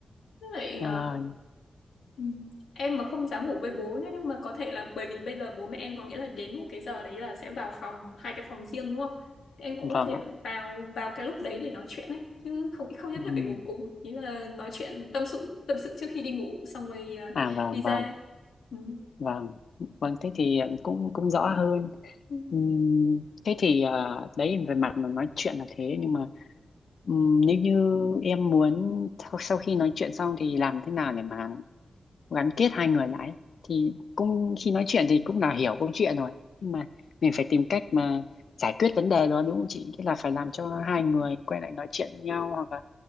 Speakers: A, on the left; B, on the left.
A: với lại
B: À,
A: ờ, Ừ. Em mà không dám ngủ với bố nhá nhưng mà có thể là bởi vì bây giờ bố mẹ em có nghĩa là đến một cái giờ đấy là sẽ vào phòng hai cái phòng riêng đúng không? Thì em cũng
B: vâng
A: có thể
B: ạ.
A: vào vào cái lúc đấy để nói chuyện ấy chứ không không nhất
B: Ừm.
A: thiết phải ngủ cùng ý là nói chuyện tâm sự tâm sự trước khi đi ngủ xong rồi à,
B: À vâng,
A: đi ra.
B: vâng,
A: Ừ.
B: vâng. Vâng, thế thì cũng cũng rõ hơn.
A: Ừ.
B: Ừm, Thế thì ờ, đấy về mặt mà nói chuyện là thế nhưng mà Ừm, nếu như em muốn sau, sau khi nói chuyện xong thì làm thế nào để mà gắn kết hai người lại ấy? thì cũng khi nói chuyện thì cũng là hiểu câu chuyện rồi nhưng mà mình phải tìm cách mà giải quyết vấn đề đó đúng không chị? Tức là phải làm cho hai người quay lại nói chuyện với nhau hoặc là